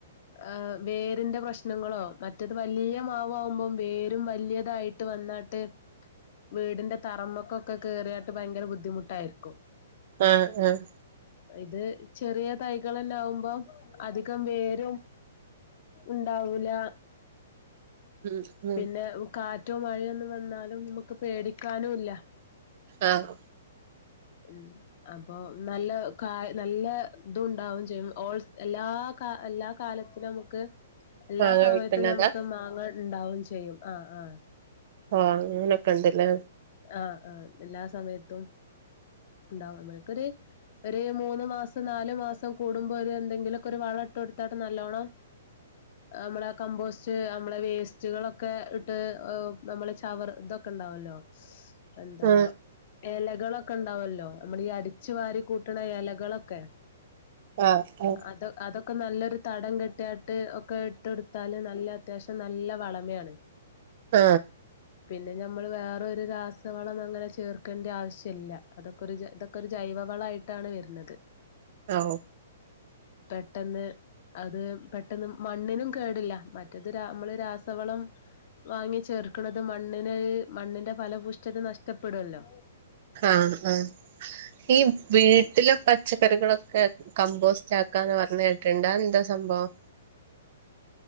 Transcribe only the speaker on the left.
ആഹ് വേരിന്റെ പ്രശ്നങ്ങളോ മറ്റത് വലിയ മാവ് ആവുമ്പോ വേരും വലിയതായിട്ട് വന്നാട്ട് വീടിന്റെ തറമക്കൊക്കെ കേറിയാട്ട് ഭയങ്കര ബുദ്ധിമുട്ടായിരിക്കും
ഇത് ചെറിയ തൈകളല്ലാവു മ്പോ അധികം വേരും ഉണ്ടാവൂല
പിന്നെ
കാ റ്റും മഴയൊന്നു വന്നാലും നമക്ക് പേടിക്കാനൂല്ല
ഉം അപ്പൊ നല്ല ക നല്ല തുണ്ടാവും ചെയ്യും ഓൾ എല്ലാ എല്ലാ കാലത്തിലുമ്മക്ക് എല്ലാ
സമയത്തു
നമ്മക്ക് മാങ്ങ ഇ- ണ്ടാവും ചെയ്യും അ ആഹ്
ആഹ് ആഹ് എല്ലാ സമയത്തും ഉണ്ടാവു മെക്കറി ഒരു മൂന്ന് മാസം നാല് ല് മാസം കൂടുമ്പോര് എന്തെലെക്കൊരു വളട്ട് എടുത്താട്ട് നല്ലോണം നമ്മള് കമ്പോസ്റ്റ് നമ്മള് വേസ്റ്റ് സ്റ്റുകളൊക്കെ ഇട്ട് നമ്മള് ചവർ ഇതൊക്കെ ഇണ്ടാവല്ലോ എന്താ
എലകളൊ- ഇണ്ടാവല്ലോ നമ്മൾ ഈ അടിച്ചു വാരി കൂട്ടണ എലകളൊക്കെ
അതോ അതൊക്കെ നല്ലൊരു തടം കെട്ടിയാട്ട് ഒക്കെ ഇട്ടൊടുത്താല് നല്ല അത്യാവശ്യം നല്ല വളമയാണ്
പിന്നെ നമ്മൾ വേറൊരു രാസവളം അങ്ങനെ ചേർക്കേണ്ട ആവശ്യമില്ല അതൊക്കെ ഒരു ഇതൊക്കെ ഒരു ജൈവവളയിട്ടാണ് വരുന്നത്
പെട്ടെന്ന് അത് പെട്ടെന്ന് മണ്ണിനും കേടില്ല മറ്റത് രാ നമ്മള് രാസവളം വാങ്ങി ചേർക്കണത് മണ്ണിന് മണ്ണിന്റെ ഫലപൂഷ്ടത നഷ്ടപ്പെടുല്ലോ.